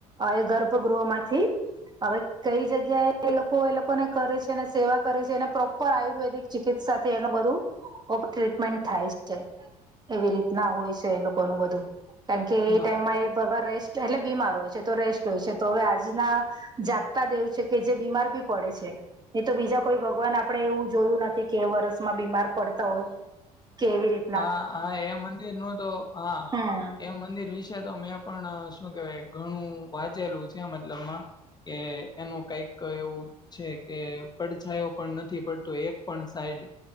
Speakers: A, on the right (about 20°); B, on the left (about 20°).
A: એ ગર્ભગૃહ માંથી. હવે કઈ જગ્યાએ એ લોકો એ લોકોને કરે છે અને સેવા કરે છે અનેને પ્રોપર આયુર્વેદિક ચિકિત્સાથી એનું બધું કોક ટ્રીટમેન્ટ થાય છે. એવી રીતના હોય છે એ લોકો ન બધું કારણ કે
B: હા
A: એ ટાઈમમાં એ ભગવાન રેસ્ટ. એટલે બીમાર હોય છે તો રેસ્ટ હોય છે તો હવે આજના જાગતા દેવું છે કે જે બીમાર બી પડે છે. એ તો બીજા કોઈ ભગવાન આપડે એવું જોયું નથી કે એ વરસમાં બીમાર પડતા હોય. કેવી રીત.
B: હા હા એ મંદિર નું તો હા
A: હમ
B: એ મંદિર વિશે તો મેં. પણ શું કેવાય ઘણું વાંચેલું છે મતલબમાં કે એનું કઈક એવું. છે કે પડછાયો પણ નથી પડતું એક પણ સાઈડ.